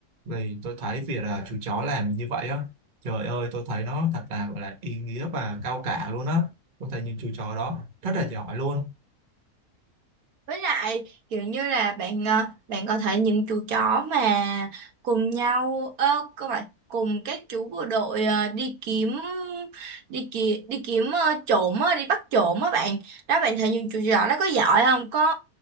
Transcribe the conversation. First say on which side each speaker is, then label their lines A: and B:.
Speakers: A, on the right; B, on the right.
A: thì tôi thấy việc là chú chó làm như vậy á Trời ơi, tôi thấy nó thật là gọi là ý nghĩa và cao cả luôn á. Tôi thấy những chú chó đó rất là giỏi luôn.
B: Với lại kiểu như là bạn ờ, bạn có thể những chú chó mà cùng nhau ơ các bạn cùng các chú bộ đội ờ, đi kiếm đi ki, đi kiếm ờ, trộm á, đi bắt trộm á bạn. Đó bạn thấy những chú chó đó có giỏi không? Có